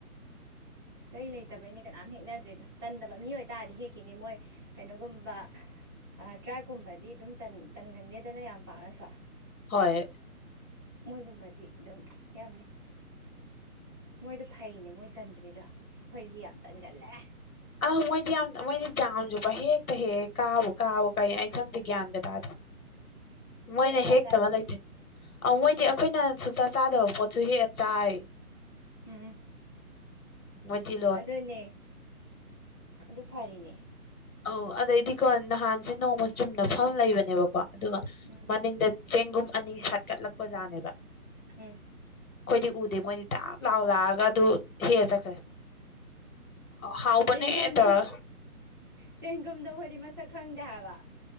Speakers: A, on the right; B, on the left.
A: ꯆꯩ ꯂꯩꯇꯕꯒꯤꯅꯦ ꯀꯅꯥꯝ ꯍꯦꯛꯅꯗ꯭ꯔꯤꯗꯣ ꯇꯟꯗꯕ ꯃꯤ ꯑꯣꯏ ꯇꯥꯔꯗꯤ ꯍꯦꯛꯈꯤꯅꯤ ꯃꯣꯏ ꯀꯩꯅꯣꯒꯨꯝꯕ ꯇ꯭ꯔꯥꯏꯀꯨꯝꯕꯗꯤ ꯑꯗꯨꯝ ꯇꯟꯒꯟꯗꯦꯗꯅ ꯌꯥꯝ ꯄꯥꯛꯅꯁꯨ
B: ꯍꯣꯏ
A: ꯃꯣꯏꯒꯨꯝꯕꯗꯤ ꯑꯗꯨꯝ ꯍꯦꯛꯑꯝꯅꯤ ꯃꯣꯏꯗꯣ ꯐꯩꯅꯦ ꯃꯣꯏ ꯇꯟꯗ꯭ꯔꯤꯗꯣ ꯑꯩꯈꯣꯏꯗꯤ ꯌꯥꯝ ꯇꯟꯒꯜꯂꯦ
B: ꯑꯥ ꯃꯣꯏꯗꯤ ꯌꯥꯝ ꯃꯣꯏꯗꯤ ꯖꯥꯝꯁꯨ ꯄꯪꯍꯦꯛꯇ ꯍꯦꯛꯑꯦ ꯀꯥꯕꯨ ꯀꯥꯎ ꯀꯩ ꯑꯩ ꯈꯪꯗꯦ ꯒ꯭ꯌꯥꯟꯗ ꯇꯥꯗꯦ ꯃꯣꯏꯅꯦ
A: ꯍꯦꯛꯑꯒ
B: ꯍꯦꯛꯇꯕ
A: ꯆꯥꯏꯕ
B: ꯂꯩꯇꯦ ꯑꯧ ꯃꯣꯏꯗꯤ ꯑꯩꯈꯣꯏꯅ ꯁꯨꯛꯆꯥ ꯆꯥꯗꯕ ꯄꯣꯠꯁꯨ ꯍꯦꯛꯑ ꯆꯥꯏ
A: ꯎꯝ
B: ꯃꯣꯢꯗꯤ
A: ꯑꯗꯨꯅꯦ ꯑꯗꯨ ꯐꯔꯤꯅꯦ
B: ꯑꯧ ꯑꯗꯩꯗꯤꯀꯣ ꯅꯍꯥꯟꯁꯦ ꯅꯣꯡꯃ ꯆꯨꯝꯅ ꯐꯝ ꯂꯩꯕꯅꯦꯕꯀꯣ ꯑꯗꯨꯒ
A: ꯎꯝ
B: ꯃꯅꯤꯡꯗ ꯆꯦꯡꯒꯨꯝ ꯑꯅꯤ ꯁꯥꯠꯀꯠꯂꯛꯄꯖꯥꯠꯅꯦꯕ
A: ꯎꯝ
B: ꯑꯩꯈꯣꯏꯗꯤ ꯎꯗꯦ ꯃꯣꯏꯗꯤ ꯇꯞ ꯂꯥꯎ ꯂꯥꯛꯑꯒ ꯑꯗꯨ ꯍꯦꯛꯂ ꯆꯠꯈ꯭ꯔꯦ ꯍꯥꯎꯕꯅꯦ
A: ꯆꯦꯡꯒꯨꯝꯗꯣ
B: ꯇꯧꯔꯒ
A: ꯆꯦꯡꯒꯨꯝꯗꯣ ꯑꯩꯈꯣꯏꯗꯤ ꯃꯁꯛ ꯈꯪꯗꯦ ꯍꯥꯏꯕ